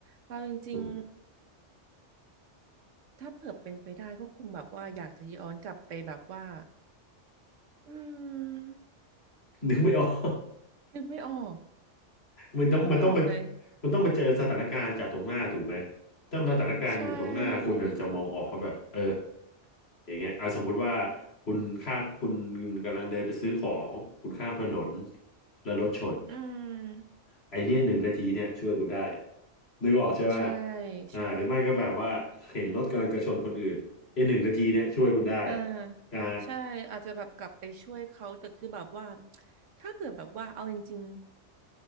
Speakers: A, on the right; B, on the left.
A: เอาจริง
B: อืม
A: ๆถ้าเผื่อเป็นไปได้ก็คงแบบว่าอยากจะย้อนกลับไปแบบว่าอืม
B: นึกไม่ออก
A: นึกไม่ออก
B: มันต้องมันต้องมา
A: นึกไม่ออกเลย
B: มันต้องมาเจอสถานการณ์จากตรงหน้าถูกไหมถ้าสถานการณ์อยู่ตรงหน้าคุณอาจจะมองออกครับแบบเออ
A: ใช่
B: อย่างเงี้ยอ่ะสมมุติว่าคุณข้ามคุณกำลังเดินไปซื้อของคุณข้ามถนนแล้วรถชน
A: อืม
B: ไอเนี้ยหนึ่งนาทีเนี่ยช่วยคุณได้นึกออกใช่ไหม
A: ใช่
B: อ่าหรือไม่ก็แบบว่าเห็นรถกำลังจะชนคนอื่นไอหนึ่งนาทีเนี่ยช่วยคุณได้
A: ใช่ อ่า
B: อ่า
A: ใช่อาจจะแบบกลับไปช่วยเขาแต่คือแบบว่าถ้าเผื่อแบบว่าเอาจริง